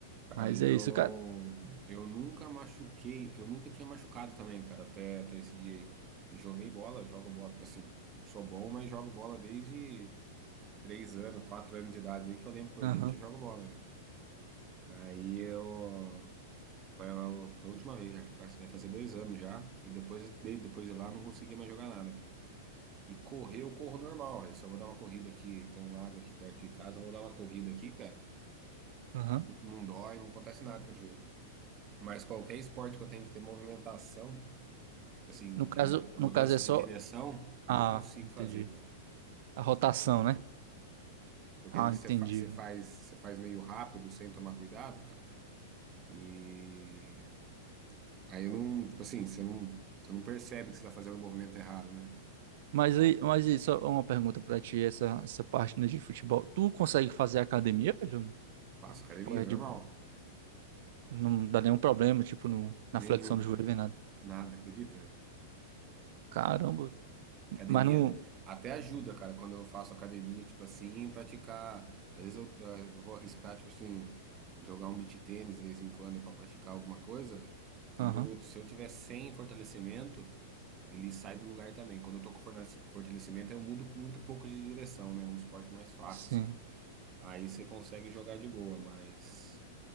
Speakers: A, on the right (about 35°); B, on the right (about 60°).
A: Cara,
B: Mas
A: eu,
B: é isso, cara.
A: eu nunca machuquei, eu nunca tinha machucado também, cara, até, até esse dia aí. E joguei bola, jogo bola, tipo assim, não sou bom, mas jogo bola desde três anos, quatro anos de idade aí que eu lembro por
B: Aham,
A: gente, eu jogo bola, né? Aí eu, foi a, foi a última vez, acho que faz- vai fazer dois anos já, e depois de, depois de lá eu não consegui mais jogar nada, velho. E correr, eu corro normal, velho. Se eu vou dar uma corrida aqui, tem um lago aqui perto de casa, eu vou dar uma corrida aqui, cara,
B: aham.
A: n- não dói, não acontece nada com o joelho, Mas qualquer esporte que eu tenho que ter movimentação, assim,
B: No
A: de
B: caso,
A: mudança
B: no caso é
A: de
B: só.
A: direção, não
B: Ah,
A: consigo
B: entendi.
A: fazer, cara.
B: A rotação, né?
A: Porque
B: Ah,
A: às vezes
B: entendi.
A: você fa- você
B: velho.
A: faz, você faz meio rápido, sem tomar cuidado, cara. E aí eu não, tipo assim, você não, você não percebe que você tá fazendo o movimento errado, né?
B: Mas
A: Ah,
B: aí, mas aí, só uma pergunta pra ti, essa, essa parte né, de futebol. Tu consegue fazer academia, velho? né?
A: faço academia,
B: Tipo, é
A: normal.
B: de boa. Não dá nenhum problema, tipo, no,
A: Nenhum,
B: na flexão do
A: cara.
B: joelho nem nada.
A: Nada, acredita?
B: Caramba.
A: Academia
B: Mas não.
A: até ajuda, cara, quando eu faço academia, tipo assim, praticar. Às vezes eu, eu, eu vou arriscar, tipo assim, jogar um beach tênis de vez em quando pra praticar alguma coisa, velho. Quando,
B: Aham,
A: se eu tiver sem fortalecimento, ele sai do lugar também. Quando eu tô com fornece- fortalecimento, eu mudo muito pouco de direção, né? É um esporte mais fácil,
B: sim.
A: assim. Aí você consegue jogar de boa, mas